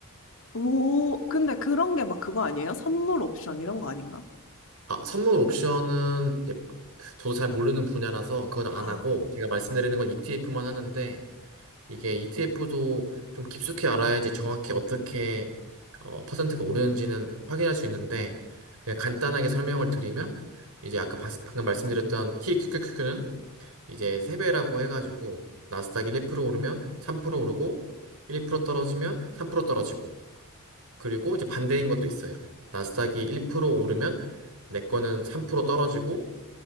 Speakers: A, on the left (about 65°); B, on the right (about 75°).
A: 오, 근데 그런 게 막 그거 아니에요? 선물 옵션 이런 거 아닌가?
B: 아, 선물 옵션은 이제 저도 잘 모르는 분야라서 그건 안
A: 아,
B: 하고 제가 말씀드리는 건 ETF만 하는데 이게 ETF도 좀 깊숙이 알아야지 정확히 어떻게 어, 퍼센트가 오르는지는 확인할 수 있는데 그냥 간단하게 설명을 드리면 이제 아까 봤- 방금 말씀드렸던 TQQQ는 이제 세배라고 해가지고 나스닥이 1% 오르면 3% 오르고 1% 떨어지면 3% 떨어지고 그리고 이제 반대인 것도 있어요. 나스닥이 1% 오르면 내 거는 3% 떨어지고